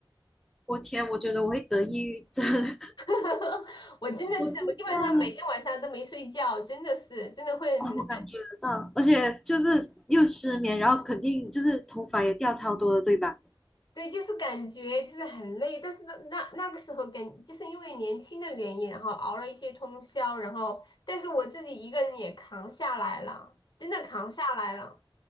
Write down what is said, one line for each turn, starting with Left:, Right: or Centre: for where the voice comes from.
Centre: 我天，我觉得我会得抑郁症，<laughs>
Left: <laughs> 我真的是，
Centre: 我真的，
Left: 我基本上每天晚上都没睡觉，真的是真的会很
Centre: 哦，我感觉得到，而且就是又失眠，然后肯定就是头发也掉超多的，对吧？
Left: 对，就是感觉就是很累，但是那那个时候跟就是因为年轻的原因，然后熬了一些通宵，然后但是我自己一个人也扛下来了，真的扛下来了，